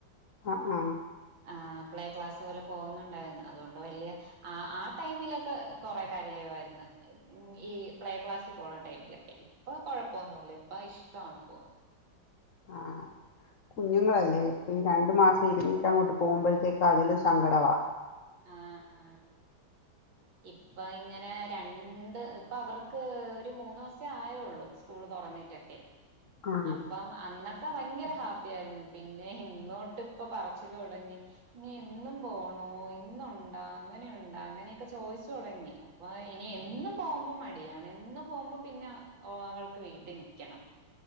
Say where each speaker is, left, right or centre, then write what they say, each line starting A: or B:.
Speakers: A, on the left; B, on the right.
A: അ ആ
B: ആ പ്ലേ ക്ലാസ്സ് പോലെ പോകുന്നുണ്ടായിരുന്നു അതുകൊണ്ട് വലിയ അ ആ ടൈമിലൊക്കെ കുറെ കരയുമായിരുന്നു ഉ ഈ പ്ലേ ക്ലാസ്സി- ടൈമിലൊക്കെ ഇപ്പൊ കൊഴപ്പൊന്നുല്ല ഇപ്പ ഇഷ്ടാണ് പോവാൻ
A: ആഹ് കുഞ്ഞുങ്ങളല്ലേ ഈ രണ്ടു മാസം ഇരുന്ന് അങ്ങോട്ട് പോകുമ്പോഴത്തേക്ക് അതിലും സങ്കടാവ-
B: ആആ ഇപ്പൊ ഇങ്ങനെ രണ്ട് ഇപ്പ അവർക്ക് ഒരു മൂന്നൂദിവസമേ ആയൊള്ളൂ സ്കൂള് വന്നിട്ടിക്കെ
A: ആണ്
B: അപ്പം അന്നൊക്കെ ഭങ്കര ഹാപ്പി ആയിരുന്നു പിന്നെ ഇന്നോട്ട് ഇപ്പൊ പറച്ചില് തുടങ്ങി ഇനി എന്നും പോണോ ഇന്നുണ്ടോ അങ്ങനെയുണ്ടോ അങ്ങനെയൊക്കെ ചോയിച്ചു തുടങ്ങി അപ്പൊ ഇനി എന്നും പോവുമ്പോ മടിയാണ് എന്നും പോകുമ്പോ പിന്നെ അവൾക്ക് വീട്ടി നിക്കണം